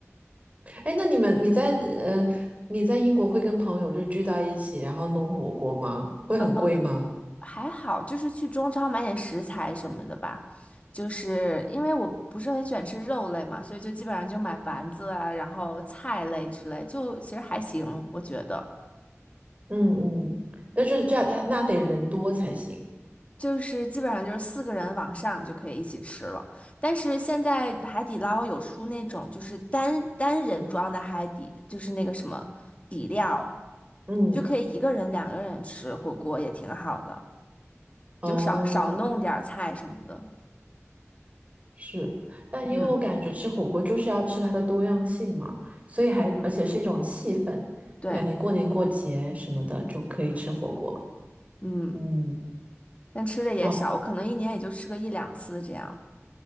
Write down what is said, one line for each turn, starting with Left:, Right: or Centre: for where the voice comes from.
Right: 哎，那你们你在呃你在英国会跟朋友就聚到一起，然后弄火锅吗？会很贵吗？
Left: 嗯还好，就是去中超买点食材什么的吧。就是因为我不是很喜欢吃肉类嘛，所以就基本上就买丸子啊，然后菜类之类，就其实还行，我觉得。
Right: 嗯嗯，但是这样他那得人多才行。
Left: 就是基本上就是四个人往上就可以一起吃了。但是现在海底捞有出那种就是单单人装的海底，就是那个什么底料，
Right: 嗯，
Left: 就可以一个人、两个人吃火锅也挺好的，
Right: 哦。
Left: 就少少弄点儿菜什么的。
Right: 是，但因为我感觉吃火锅就是要吃它的多样性嘛，
Left: 嗯
Right: 所以还而且是一种气氛，
Left: 嗯，对，
Right: 就感觉过年过节什么的就可以吃火锅。
Left: 嗯。
Right: 嗯，
Left: 但吃的也少，
Right: 然后
Left: 我可能一年也就吃个一两次这样。